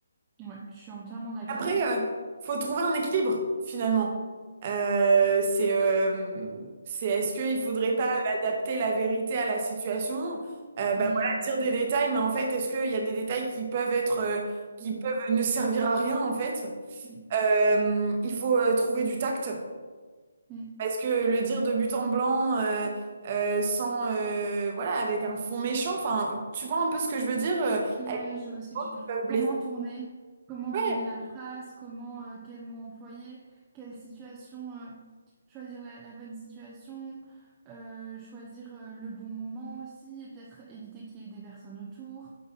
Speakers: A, on the right (about 20°); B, on the right (about 35°).
A: Ouais, je suis entièrement d'accord.
B: Après, euh, faut trouver un équilibre finalement. Euh, c'est, euh, c'est est-ce qu'il faudrait
A: Il
B: pas
A: faut-
B: euh, adapter la vérité à la situation? Euh,
A: Oui,
B: bah voilà,
A: je
B: dire
A: pense.
B: des détails, mais en fait, est-ce qu'il y a des détails qui peuvent être, euh, qui
A: Mm,
B: peuvent ne servir à rien en fait?
A: mm,
B: Euh, il faut euh, trouver du tact.
A: mm.
B: Parce que le dire de but en blanc, euh, euh, sans, euh, voilà, avec un fond méchant, enfin, tu vois un peu ce que je veux dire, euh,
A: Ouais,
B: avec des
A: je vois ce que
B: mots
A: tu
B: qui
A: veux dire.
B: peuvent blesser.
A: Comment tourner? Comment
B: Ouais,
A: tourner la phrase? Comment, euh, quel mot employer? Quelle situation, euh, choisir la, la bonne situation, euh, choisir, euh, le bon moment aussi, et peut-être éviter qu'il y ait des personnes autour.